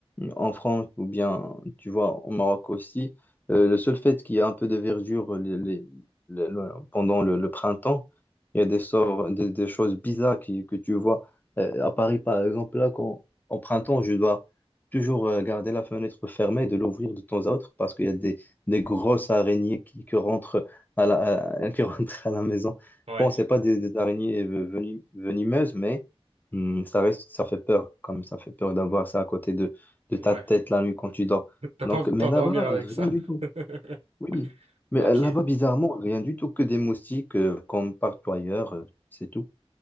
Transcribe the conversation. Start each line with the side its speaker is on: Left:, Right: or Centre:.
Left: en France ou bien, tu vois, au Maroc aussi, euh, le seul fait qu'il y a un peu de verdure les- les- le- le- pendant le, le printemps, il y a des, sorts, des, des choses bizarres qui, que tu vois. Euh, à Paris, par exemple, là, quand, en printemps, je dois toujours euh, garder la fenêtre fermée et de l'ouvrir de temps à autre parce qu'il y a des, des grosses araignées qui, qui rentrent à la, à- <laughs> qui rentrent à la maison.
Right: Ouais,
Left: Bon, c'est pas des, des araignées ve- veni- venimeuses, mais hum, ça reste, ça fait peur, comme ça fait peur d'avoir ça à côté de de
Right: ouais.
Left: ta tête la nuit quand tu dors.
Right: <laughs> T'as
Left: Donc,
Right: pas envie
Left: mais
Right: de t'endormir
Left: là-bas,
Right: avec ça.
Left: rien du tout.
Right: <laughs>
Left: Oui. Mais
Right: Ok,
Left: euh, là-bas, bizarrement, rien du tout que des moustiques euh, comme partout ailleurs, euh, c'est tout.